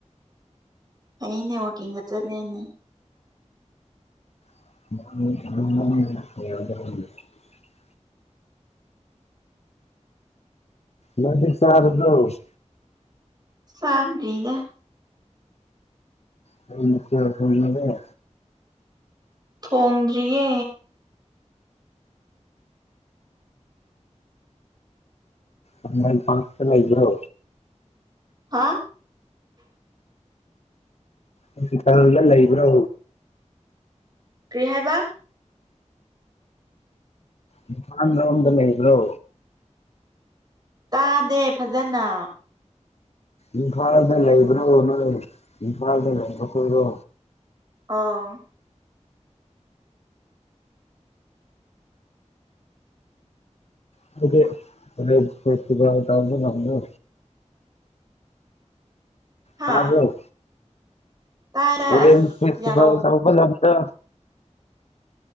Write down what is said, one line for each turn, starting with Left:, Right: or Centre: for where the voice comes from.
Right: ꯑꯩꯅꯦ ꯋꯥꯀꯤꯡꯒ ꯆꯠꯂꯦꯅꯦ
Left: <unintelligible> ꯅꯪꯗꯤ ꯆꯥꯔꯕ꯭ꯔꯣ
Right: ꯆꯥꯗ꯭ꯔꯤꯗ
Left: ꯀꯩ ꯃꯊꯦꯜ ꯊꯣꯡꯂꯒꯦ
Right: ꯊꯣꯡꯗ꯭ꯔꯤꯌꯦ
Left: ꯑꯝꯕꯥꯏꯟ ꯄꯥꯔ꯭ꯛꯇ ꯂꯩꯕ꯭ꯔꯣ
Right: ꯍꯥ
Left: ꯍꯣꯁꯄꯤꯇꯥꯜꯗ ꯂꯩꯕ꯭ꯔꯣ
Right: ꯀꯩ ꯍꯥꯏꯕ
Left: ꯥꯏꯝꯐꯥꯟ ꯂꯣꯝꯗ ꯂꯩꯕ꯭ꯔꯣ
Right: ꯇꯥꯗꯦ ꯐꯖꯅ
Left: ꯏꯝꯐꯥꯜꯗ ꯂꯩꯕ꯭ꯔꯥꯣ ꯅꯣꯏ ꯏꯝꯐꯥꯜꯗ ꯂꯩꯕ ꯈꯣꯏꯔꯣ
Right: ꯑꯥ
Left: ꯑꯗꯨꯗꯤ ꯑꯣꯔꯦꯟ꯭ꯖ ꯐꯦꯁꯇꯤꯚꯜ ꯇꯧꯕ ꯂꯝꯗꯣ
Right: ꯍꯥ
Left: ꯇꯥꯕ꯭ꯔꯣ
Right: ꯇꯥꯏ ꯇꯥꯏ
Left: ꯑꯣꯔꯦꯟꯖ
Right: ꯑꯁ
Left: ꯐꯦꯁꯇꯤꯚꯜ
Right: ꯌꯥꯝ ꯇꯧ
Left: ꯇꯧꯕ ꯂꯝꯗꯣ